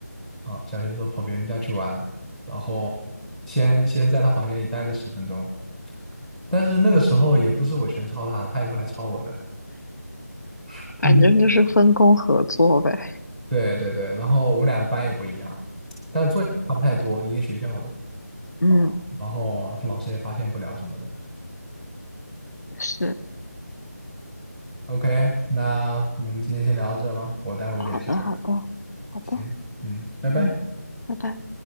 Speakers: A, in the centre; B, on the left.
A: 啊，小学的时候跑别人家去玩，然后先先在他房间里待个十分钟，但是那个时候也不是我全抄他，他也会来抄我的。<laughs>
B: 反正就是分工合作呗。
A: 嗯。对对对，然后我们俩班也不一样，但是作业差不太多，一个学校的
B: 嗯，
A: 啊，然后老师也发现不了什么的。
B: 是，
A: OK，那我们今天先聊到这吧，我待会儿有点事儿。
B: 好的，好的，好的，
A: 行，嗯，拜拜。
B: 嗯，拜拜。